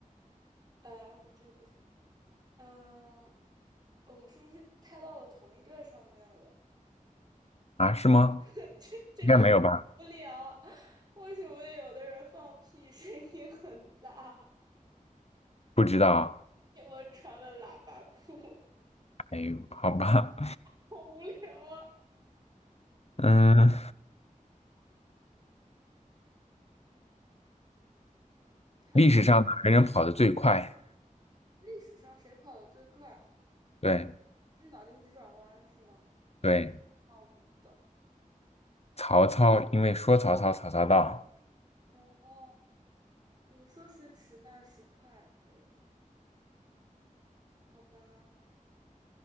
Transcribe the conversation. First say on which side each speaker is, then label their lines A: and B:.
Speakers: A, on the right; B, on the left.
A: 呃，这个不行。嗯、我们是不是太到了同一个上面了？
B: 啊，是吗？
A: <laughs> 这这个
B: 应该没有吧？
A: 无聊，为什么有的人放屁声音很大？
B: 不知道，
A: 因为穿了喇叭裤，
B: 哎呦，好吧，
A: <laughs> 好无聊啊！
B: <laughs> 嗯，
A: 还有
B: 历史上哪个人跑得最快？
A: 历史上谁跑得最快？
B: 对
A: 这是脑筋急转弯是吗？
B: 对，
A: 啊，我不知道。
B: 曹操，因为说曹操，曹操到，
A: 哦，嗯，说时迟，那时快。还有，好吧，